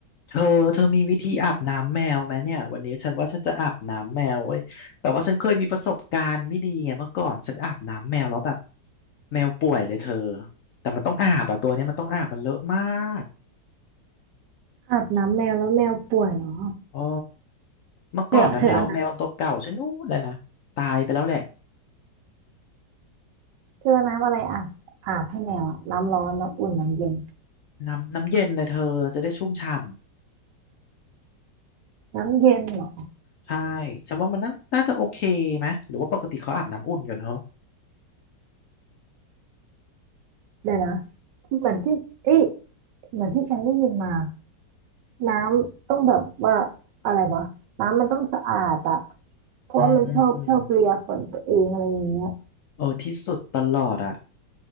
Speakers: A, on the left (about 75°); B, on the right (about 75°).
A: เธอเธอมีวิธีอาบน้ำแมวไหมเนี่ยวันนี้ฉันว่าฉันจะอาบน้ำแมวเว้ยแต่ว่าฉันเคยมีประสบการณ์ไม่ดีไงเมื่อก่อนฉันอาบน้ำแมวแล้วแบบแมวป่วยเลยเธอแต่มันต้องอาบอะตัวเนี้ยมันต้องอาบมันเลอะมาก
B: อาบน้ำแมวแล้วแมวป่วยเหรอ
A: อ๋อเมื่อก่อนนะแมวแมวตัวเก่าฉันนู้นเลยนะตายไปแล้วแหละ
B: เธอเธอเอาน้ำเธอเอาน้ำอะไรอาบ อาบให้แมวอะน้ำร้อนน้ำอุ่นน้ำเย็น
A: น้ำน้ำเย็นเลยเธอจะได้ชุ่มฉ่ำ
B: น้ำเย็นเหรอ
A: ใช่ฉันว่ามันน่าน่าจะโอเคไหมหรือว่าปกติเขาอาบน้ำอุ่นกันเหรอ
B: เดี๋ยวนะเหมือนที่เอ้ยเหมือนที่ฉันได้ยินมาน้ำต้องแบบว่าอะไรวะน้ำมันต้องสะอาดอะเพราะว่ามันชอบชอบเลียขนตัวเองอะไรอย่างเงี้ย
A: อืมอืมอืมเออที่สุดตลอดอะ